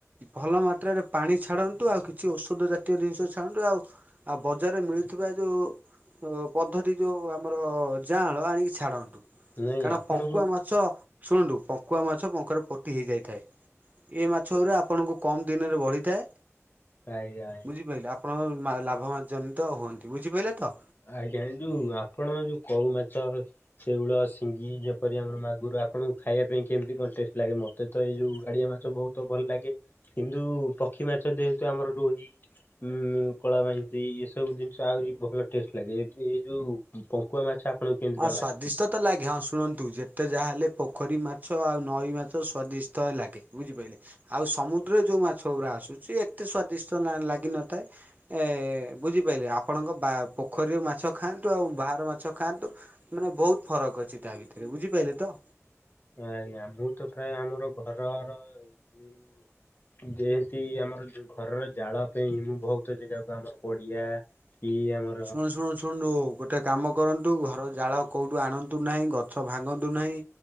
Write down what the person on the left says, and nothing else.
ନାଇଁ
ଆପଣଙ୍କୁ
ଆଜ୍ଞା
ଆଜ୍ଞା। ଯୋଉ ଆପଣ ଯୋଉ କଉ ମାଛ ସେଉଳ, ସିଙ୍ଗି, ଯେପରି ଆମର ମାଗରୁ ଆପଣଙ୍କୁ ଖାଇବା ପାଇଁ କେମିତି କଣ ଟେଷ୍ଟ ଲାଗେ ମତେ ମତେ ତ ଏଇ ଯୋଉ ଗାଡିଆ ମାଛ ବୋହୁତ ଭଲ ଲାଗେ କିନ୍ତୁ ପକ୍ଷୀ ମାଛ ଯେହେତୁ ଆମର ରୋହି ଉଁ କଳା ବାଇତେଇ ଏସବୁ ଜିନିଷ ଆହୁରି ଭଲ। ଟ ଲାଗେ ଏ ଏଇ ଯୋଉ ପଙ୍କୁଆ ମାଛ। ଆପଣଙ୍କୁ କେମିତି
କଣ
ଲାଗେ?
ଆଜ୍ଞା ମୁଁ ତ ପ୍ରାୟ ଆମର ଘରର ଯୋଉ ଯେମତି ଆମର ଯୋଉ ଘରର ଜାଳ ପାଇଁ ମୁଁ ବୋହୁତ ଜାଗାକୁ ଆମର ପଡିଆ ଇଏ ଆମର